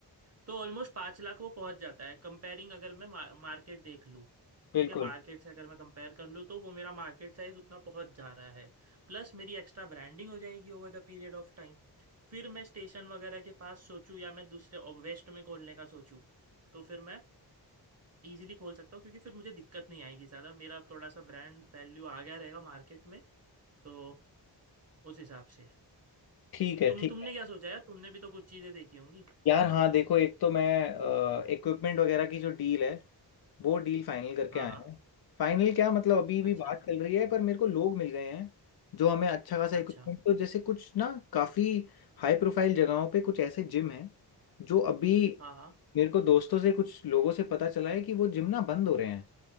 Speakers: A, on the right (about 35°); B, on the left (about 60°).
A: तो ऑलमोस्ट पाँच लाख वो पहुंच जाता है कंपेयरिंग अगर मैं मार्केट देख लूँ
B: बिल्कुल
A: ठीक है मार्केट से अगर मैं कंपेयर कर लूँ तो वो मेरा मार्केट साइज उतना पहुंच जा रहा है प्लस मेरी एक्स्ट्रा ब्रांडिंग हो जाएगी over the period of time फिर मैं स्टेशन वगैरह के पास सोचूं या मैं दूसरे वेस्ट में खोलने का सोचूं तो फिर मैं इजीली खोल सकता हूँ क्योंकि फिर मुझे दिक्कत नहीं आएगी ज़्यादा मेरा थोड़ा सा ब्रांड वैल्यू आ गया रहेगा मार्केट में तो उस हिसाब से
B: ठीक है
A: तुम
B: ठीक
A: तुमने
B: है
A: क्या सोचा है तुमने भी तो कुछ चीज़ें देखी होंगी
B: यार हाँ देखो एक तो मैं इक्विपमेंट वगैरह की जो डील है वो डील फाइनल करके
A: हाँ
B: आया
A: हाँ
B: है फाइनल क्या मतलब अभी भी
A: अच्छा
B: बात चल रही है पर मेरे को लोग मिल गए हैं जो हमें अच्छा खासा इक्विपमेंट
A: अच्छा
B: तो जैसे कुछ ना काफ़ी हाई प्रोफाइल जगहों पे कुछ ऐसे जिम हैं जो अभी
A: हाँ हाँ
B: मेरे को दोस्तों से कुछ लोगों से पता चला है कि वो जिम ना बंद हो रहे हैं